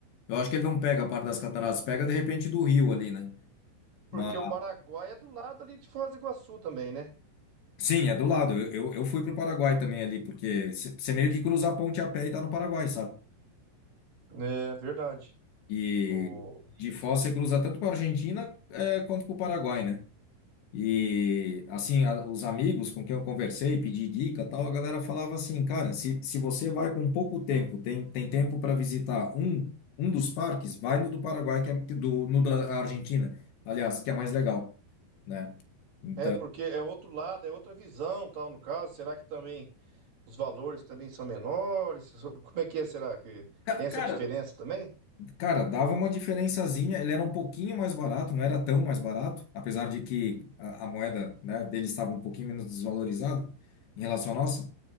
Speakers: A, on the left; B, on the right.
A: Eu acho que ele não pega a parte das cataratas, pega de repente do rio ali, né?
B: Porque
A: Mas,
B: o Paraguai é do lado ali de Foz do Iguaçu também, né?
A: sim, é do lado. Eu, eu, eu fui pro Paraguai também ali, porque c- você meio que cruza a ponte a pé e tá no Paraguai, sabe?
B: É verdade.
A: E
B: O...
A: de Foz você cruza tanto para Argentina eh, quanto para o Paraguai, né? E assim, a- os amigos com quem eu conversei, pedi dica, e tal, a galera falava assim, cara, se, se você vai com pouco tempo, tem, tem tempo para visitar um, um dos parques, vai no do Paraguai, que é do, no da Argentina, aliás, que é mais legal, né? Então,
B: É porque é outro lado, é outra visão, tal, no caso. Será que também os valores também são menores? Como é que é? Será que
A: ca-
B: tem essa
A: cara,
B: diferença também?
A: cara, dava uma diferençazinha, ele era um pouquinho mais barato, não era tão mais barato, apesar de que a, a moeda, né, dele estava um pouquinho menos desvalorizada em relação à nossa.